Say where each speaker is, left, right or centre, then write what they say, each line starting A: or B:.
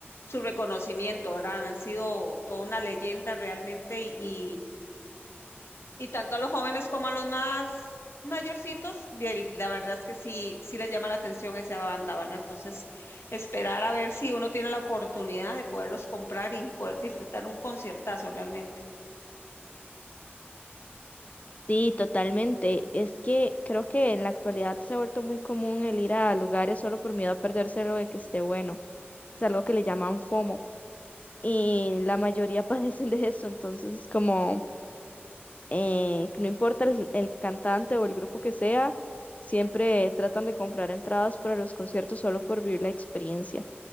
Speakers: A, on the left; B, on the left.
A: su reconocimiento, ¿verdad? Han sido toda una leyenda realmente y y y tanto a los jóvenes como a los más mayorcitos, bien, la verdad es que sí, sí les llama la atención esa banda, ¿verdad? Entonces, esperar a ver si uno tiene la oportunidad de poderlos comprar y poder disfrutar un conciertazo realmente.
B: Sí, totalmente. Es que creo que en la actualidad se ha vuelto muy común el ir a lugares solo por miedo a perderse lo de que esté bueno. Es algo que le llaman FOMO y la mayoría <laughs> padecen de eso. Entonces, como eh, no importa el, el cantante o el grupo que sea, siempre tratan de comprar entradas para los conciertos solo por vivir la experiencia.